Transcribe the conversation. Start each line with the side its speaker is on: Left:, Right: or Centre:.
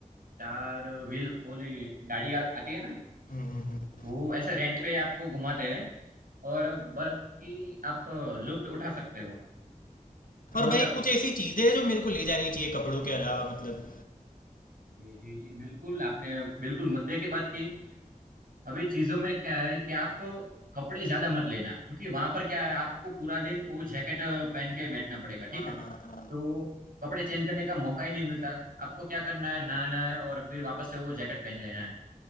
Right: चार व्हील वाली गाड़ी आ, आती है ना
Left: हम्म, हम्म।
Right: वो ऐसे रेंट पे आपको घुमाते हैं और बर्फ की आप लुफ्त उठा सकते हो
Left: और
Right: रोहतक
Left: भाई कुछ ऐसी चीजें हैं जो मेरे को ले जानी चाहिए कपड़ों के अलावा मतलब
Right: जी जी जी बिल्कुल आपने बिल्कुल मुद्दे की बात की अभी चीजों में क्या है कि आप कपड़े ज्यादा मत लेना क्योंकि वहां पर क्या है आपको पूरा दिन वो जैकेट पहन के बैठना पड़ेगा
Left: हाँ,
Right: ठीक है तो कपड़े चेंज करने का मौका ही नहीं मिलता आपको क्या करना है नहाना है और फिर वापस से वो जैकेट पहन लेना है